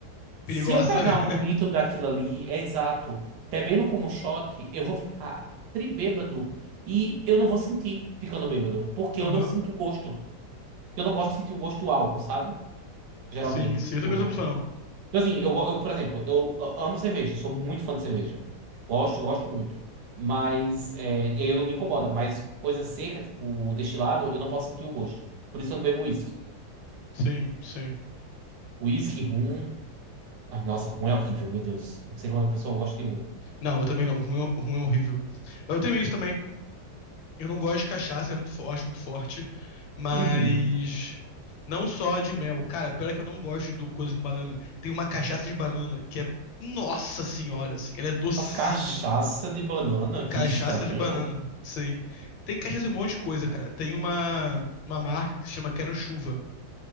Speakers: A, on the right; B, on the left.
A: Se
B: perigosa.
A: eu pegar
B: <laughs>
A: um litro daquilo ali, é exato, bebendo como shot, eu vou ficar tribêbado e eu não vou sentir ficando bêbado, porque
B: Aham,
A: eu não sinto gosto. Porque eu não gosto de sentir o gosto do álcool, sabe? Geralmente,
B: sim, sim.
A: tipo.
B: Eu também não sou muito fã, não.
A: Assim, eu, go- eu, por exemplo, eu a- amo cerveja, sou muito fã de cerveja. Gosto, gosto muito. Mas, é, e aí eu não me incomoda, mas coisa seca, tipo destilado, eu não posso sentir o gosto. Por isso que eu não bebo uísque.
B: Sim, sim.
A: Uísque, rum. Ai, nossa, rum é horrível, meu Deus. Não sei como é que o pessoal gosta de rum.
B: Não, eu também não. Ruim, é- ruim é horrível. Mas eu tenho isso também. Eu não gosto de cachaça, é muito, fo- eu acho muito forte. Mas
A: Uhum.
B: não só de mel. Cara, pior é que eu não gosto de do- coisa com banana. Tem uma cachaça de banana que é. Nossa senhora, assim, ela é docinha.
A: Mas cachaça de banana, que
B: Cachaça
A: estranho.
B: de banana, sim. Tem cachaça de um monte de coisa, cara. Tem uma, uma marca que se chama Quero Chuva.